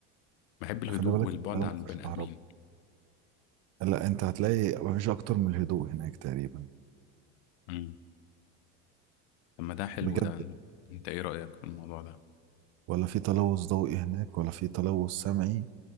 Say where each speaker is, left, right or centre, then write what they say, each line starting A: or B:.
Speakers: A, on the left (about 85°); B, on the right (about 50°).
A: بحب الهدوء
B: خلي بالك
A: والبعد
B: القاهرة
A: عن
B: ما فيهاش
A: البني
B: كهرباء
A: ادمين
B: لا أنت هتلاقي ما فيش أكتر من الهدوء هناك تقريبا
A: مم. طب ما ده حلو
B: بجد
A: ده انت ايه رأيك في الموضوع ده
B: ولا في تلوث ضوئي هناك ولا في تلوث سمعي